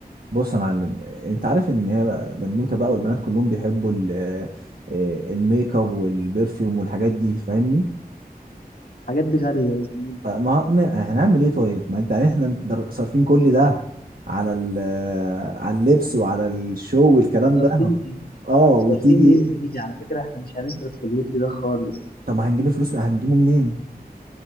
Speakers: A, on the right; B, on the left.
A: بص يا معلم انت عارف ان هي بقى- بنوتة بقى والبنات كلهم بيحبوا ال- آه، الميك اب والبرفيوم والحاجات دي فاهمني
B: الحاجات دي غاليه يا زميلي
A: فما ما- هنعمل ايه طيب ما انت يعني احنا در- صارفين كل ده على ال على اللبس وعلى الشو والكلام
B: صارفين
A: ده
B: ايه
A: اه وتيجي
B: صارفين ايه يا زميلي على فكره احنا مش هنصرف في اللبس ده خالص
A: طب ما هنجيب الفلوس هنجيبه منين